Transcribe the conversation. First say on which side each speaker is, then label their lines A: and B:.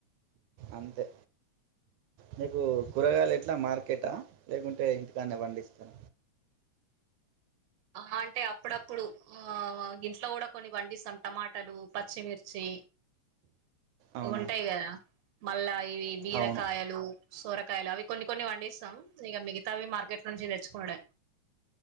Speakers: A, on the right (about 85°); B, on the right (about 65°).
A: అంతే మీకు కూరగాయలు ఎట్లా మార్కెటా లేకుంటే ఇంటికానే పండిస్తార
B: ఆ అంటే అప్పుడప్పుడు ఆ ఇంట్లో కూడా కొన్ని పండిస్తాం టమాటాలు పచ్చిమిర్చి
A: అవునా
B: ఉంటాయి కదా మళ్ళా ఇవి బీరకాయలు
A: అవును
B: సోరకాయలు అవి కొన్ని కొన్ని పండిస్తాం ఇక మిగతావి మార్కెట్ నుంచి తెచ్చుకోడమే